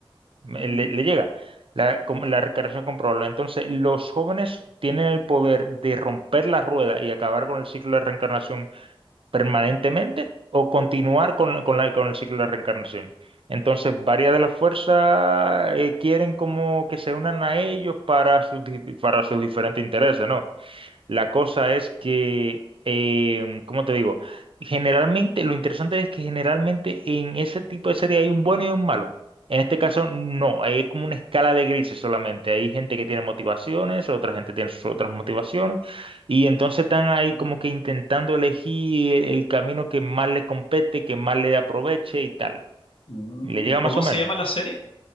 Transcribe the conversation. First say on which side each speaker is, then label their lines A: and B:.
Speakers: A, on the right (about 65°); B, on the left (about 70°).
A: Me-
B: Mm,
A: Le, le llega la, com- la reencarnación comprobable. Entonces, los jóvenes tienen el poder de romper la rueda y acabar con el ciclo de reencarnación permanentemente o continuar con, la- con la- con el ciclo de la reencarnación. Entonces, varias de las fuerzas eh, quieren como que se unan a ellos para sus, di- para sus diferentes intereses, ¿no? La cosa es que, em, ¿cómo te digo? Generalmente, lo interesante es que generalmente en ese tipo de serie hay un bueno y un malo. En este caso, no, ahí es como una escala de grises solamente. Hay gente que tiene motivaciones, otra gente tiene sus otras motivaciones, y entonces están ahí
B: mm,
A: como que intentando elegir el, el camino que más le compete, que más le aproveche y tal.
B: mm.
A: Le llega
B: ¿Cómo
A: más o
B: se
A: menos.
B: llama la serie?